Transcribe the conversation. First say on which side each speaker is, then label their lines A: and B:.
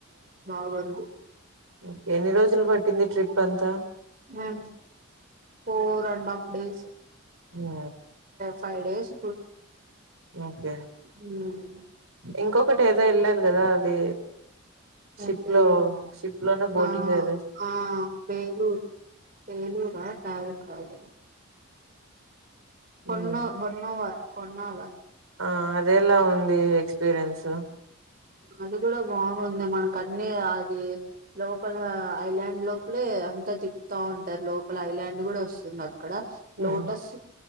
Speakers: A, on the right; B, on the right.
A: బాగుంది
B: ఉ ఎన్ని రోజులు పట్టింది ట్రిప్ అంతా
A: ఉహ్మ్ ఫోర్ అండ్ హఫ్ డేస్
B: ఉ
A: ఫైవ్ డేస్
B: ఓకే
A: ఉహ్మ్
B: ఇంకొకటి ఏదో ఎళ్ళారు గదా అది షిప్
A: అయితే
B: లో షిప్ లోనే బోటింగ్
A: ఆ
B: ఏదో
A: ఆ బేలూరు బేలూరా కాదు కాదు కొన్నో
B: ఉమ్
A: హోన్నోవర్ కొన్నోవర్
B: ఆ అదేలా ఉంది ఎక్స్పీరియన్సు
A: అది గుడా బాగుంది మనకు అన్నీ అది లోపల ఐలాండ్ లోపలే అంతా తిప్తా ఉంటరు లోపల ఐలాండ్ కూడా వస్తుంది అక్కడ
B: హ్మ్
A: లోటస్